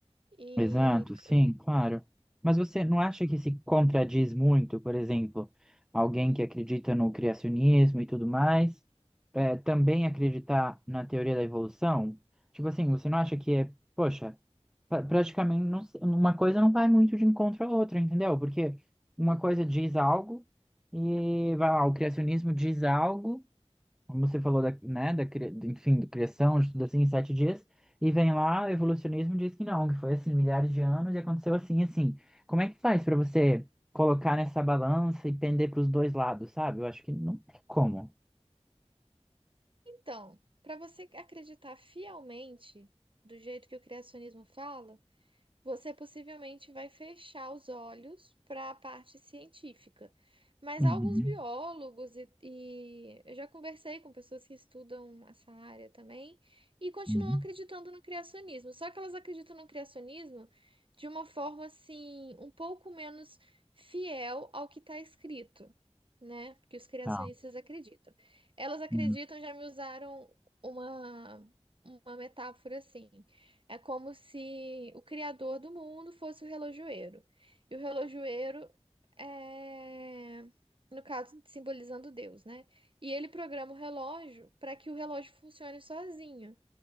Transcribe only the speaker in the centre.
Exato, sim, claro. Mas você não acha que se contradiz muito, por exemplo, alguém que acredita no criacionismo e tudo mais, é, também acreditar na teoria da evolução? Tipo assim, você não acha que é, poxa, pra- praticamente não se- uma coisa não vai muito de encontro à outra, entendeu? Porque uma coisa diz algo e vai lá, o criacionismo diz algo como você falou da, né, da, cria- do- enfim, do criação, de tudo assim, em sete dias, e vem lá, o evolucionismo e diz que não, que foi assim, milhares de anos e aconteceu assim, assim. Como é que faz para você colocar nessa balança e pender para os dois lados, sabe? Eu acho que não tem como.
Uhum,
uhum,
tá.
Uhum,